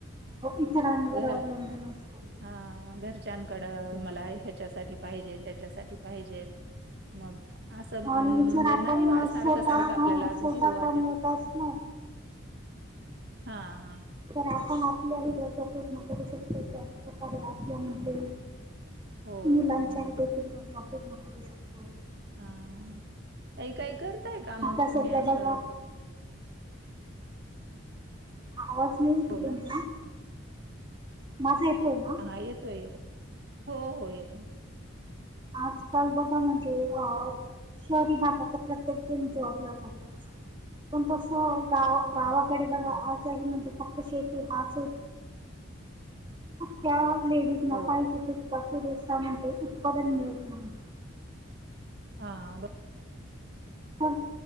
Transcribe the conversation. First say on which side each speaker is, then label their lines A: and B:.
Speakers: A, on the right; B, on the right.
A: इतरांवर
B: घरा
A: अवलंबून असतो.
B: हा घरच्यांकडं मला ह्याच्यासाठी पाहिजे त्याच्यासाठी पाहिजेत. मग असं
A: आणि
B: म्हणजे
A: जर आपण
B: नाही
A: अ, स्वतः
B: सारखं सारखं आपल्याला
A: हा स्वतः
B: घेऊ वाटत.
A: कमवत असलो
B: हा ह.
A: तर आपण आपल्याही गरजा पूर्ण करू शकतो त्याचपकारे आपल्या म्हणजे.
B: हो.
A: त लंच
B: हो
A: आहे बील नको देको.
B: हा काही काही करताय का मग
A: आता सध्या
B: तुम्ही असं
A: बघा आवाज नाही येते
B: बोला
A: तुमचा माझा येतोय ना.
B: हा येतो येत हो हो येत नाही आहे.
A: आजकाल बघा म्हणजे अ शहरी भागात तर प्रत्येक जण जॉबला जातातच. पण तस गाव गावाकडे
B: हो
A: बघा
B: हो
A: आ ण श चा त्या
B: हो
A: पाहिज तका पुरे सा म्ह उत्पादन मिळत नाही
B: हा
A: तर